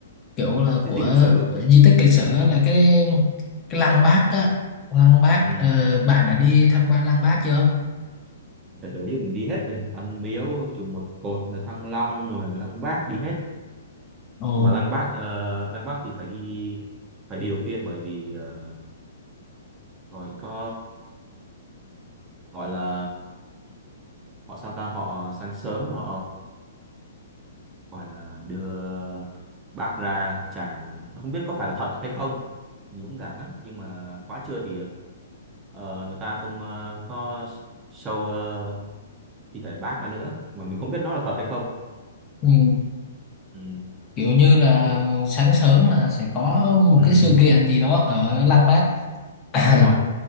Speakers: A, on the left; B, on the right.
A: kiểu là
B: di
A: của
B: tích lịch sử
A: di tích lịch sử á, là cái cái lăng Bác á lăng Bác
B: ừ.
A: ờ, bạn đã đi tham quan lăng Bác chưa
B: phải tổ chức đi hết rồi Văn Miếu chùa Một Cột là Thăng Long rồi Lăng Bác đi hết
A: Ồ
B: mà Lăng Bác ờ, Lăng Bác thì phải đi phải đi đầu tiên bởi vì ờ, gọi có gọi là họ sao ta họ sáng sớm họ gọi là đưa bác ra chào không biết có phải là thật hay không nhìn cũng giả lắm nhưng mà quá trưa thì ờ, người ta không ờ, có show ờ, thi thể bác ra nữa mà mình không biết nó là thật hay không
A: Ừ.
B: ừ.
A: Kiểu như là
B: Nhưng-
A: sáng sớm là sẽ có một
B: ừ.
A: cái sự kiện gì đó ở Lăng Bác. <clears throat>
B: đúng rồi
A: <coughs>